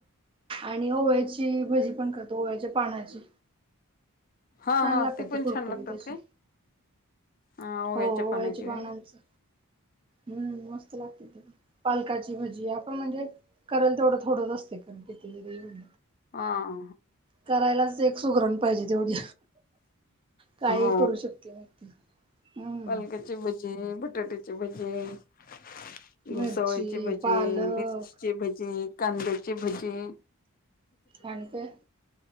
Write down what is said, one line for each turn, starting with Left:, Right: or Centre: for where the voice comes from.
Right: आणि ओव्याची भजी पण करतो ओव्याच्या पानाची.
Left: हा
Right: छान
Left: हा
Right: लागतात
Left: ते पण
Right: कुरकुरीत
Left: छान लागतात
Right: असे
Left: काय. हा ओव्याच्या
Right: हो ओव्याचे
Left: पानाची
Right: पानांचं
Left: होय
Right: हम् मस्त लागते ते. पालकाची भजी आपण म्हणजे करेल तेवढं थोडंच असते कितीतरी म्हण
Left: हां!
Right: करायलाच एक सुगरण पाहिजे तेवढी. काही
Left: हो
Right: करू शकते व्यक्ती हम्म
Left: पालकची ब भजे बटाट्याचे भजी घोसावळची
Right: मिरची
Left: भजी
Right: पालक
Left: मिरची ची भजी कांद्याची भजीय,
Right: आणि का